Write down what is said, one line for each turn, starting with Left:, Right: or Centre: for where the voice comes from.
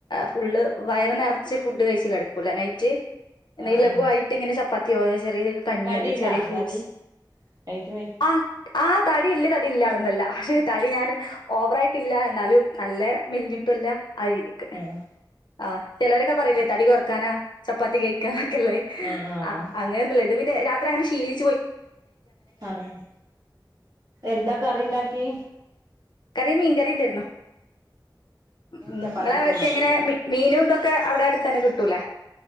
Left: ഫുള്ള് വയർ നിറച്ച് ഫുഡ് കഴിച്ച് കിടക്കൂല നൈറ്റ് എന്തെങ്കിലും
Right: ആഹ്
Left: ലഘുവയിട്ട്
Right: ആഹ്
Left: ഇങ്ങനെ ച പ്പത്തിയോ ചെറിയ രീതി കഞ്ഞിയോ
Right: കടിണ്ടാ
Left: അല്ലേ ചെറിയ ഫ്രൂട്ട്സ്
Right: കടി അയിക്ക് വൈ
Left: ആ ആഹ് തടിയില്ല തടി ഇല്ലാണന്നല്ല പക്ഷെ തടി ഞാൻ ഓവർ ആയിട്ടില്ല എന്നാലും നല്ല മെൽഞ്ഞിട്ടുല്ല ആ രീതിക്ക്
Right: ആഹ്
Left: ആഹ് ചിലവരൊക്കെ പറയില്ലേ തടി കൊറ ക്കാന ചപ്പാത്തി കഴിക്കാൻ <unintelligible>
Right: ആഹ് ആഹ്
Left: ആ അങ്ങനൊന്നില്ലാ ഇത് പിന്നെ ര അത്രയങ് ശീലി
Right: ആഹ് എന്താ കറി ഉണ്ടാക്കി
Left: കറി മീൻ കറീണ്ടാരുന്നു ഉം
Right: ചപ്പാത്തിക്ക്
Left: നിങ്ങൾ അതൊക്കെ
Right: മതിയല്ലോ
Left: എങ്ങനെ മീനുണ്ടോ ക്ക് അവിടെ അടുത്ത തന്നെ കിട്ടൂലേ